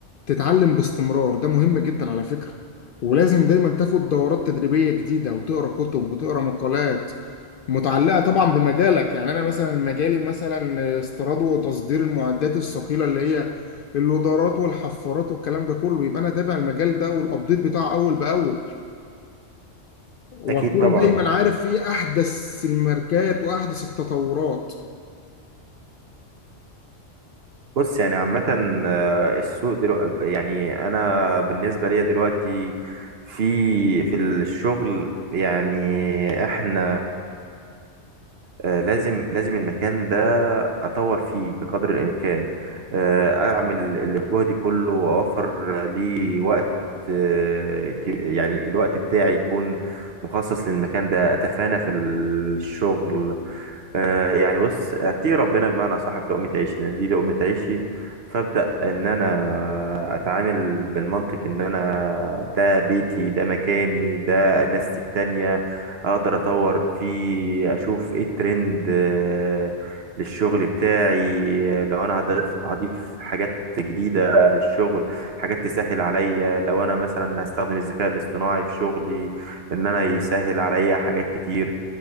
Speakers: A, on the left; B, on the right.
A: تتعلم باستمرار ده مهم جدا على فكرة ولازم دايما تاخد دورات تدريبية جديدة وتقرا كتب وتقرا مقالات متعلقة طبعا بمجالك يعني أنا مثلا مجالي مثلا استيراد وتصدير المعدات الثقيلة اللي هي اللودرات والحفارات والكلام ده كله يبقى أنا تابع المجال ده والأبديت بتاعه أول بأول وأكون
B: اكيد طبعا
A: دايما عارف إيه أحدث الماركات وأحدث التطورات
B: بص يعني عامة آه، السوق دلوقتي يعني انا بالنسبة ليا دلوقتي في في الشغل يعني احنا آه، لازم لازم المكان ده أطور فيه بقدر الإمكان آه، أعمل اللي في جهدي كله وأوفر لي وقت آه، ك- يعني الوقت بتاعي يكون مخصص للمكان ده أتفانى في الشغل آه، يعني بص اتقي ربنا بمعنى صح في لقمة عيشي لان دي لقمة عيشي فابدا ان انا اتعامل بالمنطق ان انا ده بيتي ده مكاني ده ناس التانية اقدر اطور فيه اشوف ايه الترند آه، للشغل بتاعي لو انا هضيف هضيف حاجات جديدة للشغل حاجات تسهل عليا لو انا مثلا هستخدم الذكاء الاصطناعي في شغلي ان انا يسهل عليا حاجات كتير